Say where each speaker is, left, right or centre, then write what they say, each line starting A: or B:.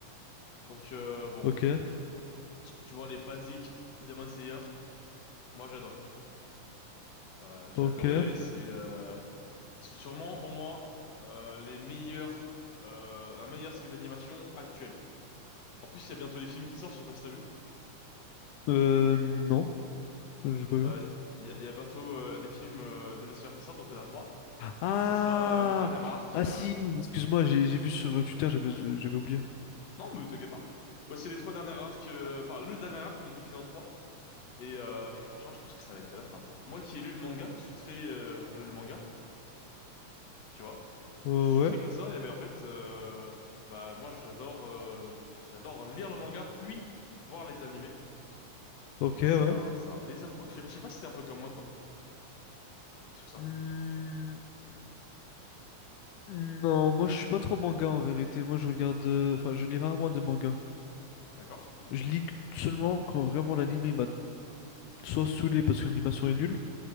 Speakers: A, on the left; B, on the left.
A: donc euh, bon
B: Ok,
A: tu vois les basiques Demon Slayer moi j'ai adoré. Euh, j'ai
B: ok.
A: adoré c'est euh, C'est sûrement pour moi euh, les meilleurs, euh, la meilleure série d'animation actuelle. En plus, il y a bientôt les films qui sortent, je sais pas si t'as vu.
B: Euh non, j'ai pas vu.
A: Euh, Il y, a il y a bientôt euh, les films euh, de Massive qui sortent, donc il y en a trois.
B: Ah!
A: Et ça sera euh, le dernier arc.
B: Ah
A: euh,
B: si, excuse-moi, j'ai j'ai vu sur Twitter, j'avais j'avais oublié.
A: Non, mais t'inquiète pas. Ouais, c'est les trois derniers arcs, euh, enfin le dernier arc, mais divisé en trois. Et, euh, et franchement, je pense que ça va être de la frappe. hein. Moi qui ai lu le manga, je suis très... euh, on lit le manga, tu vois.
B: Euh,
A: Je suis
B: ouais,
A: très comme ça, et ben en fait, euh, bah moi j'adore euh, j'adore lire le manga puis voir les animés.
B: ok,
A: Et
B: ouais.
A: c'est un, c'est un plaisir, quoi. Je sais je sais pas si t'es un peu comme moi, toi, sur ça.
B: Hmm, non, moi je suis pas trop manga en vérité. Moi je regarde. euh, Enfin, je lis rarement des mangas.
A: D'accord?
B: Je lis que- seulement quand vraiment l'anime il m'a soit saoulé parce que l'animation est nulle.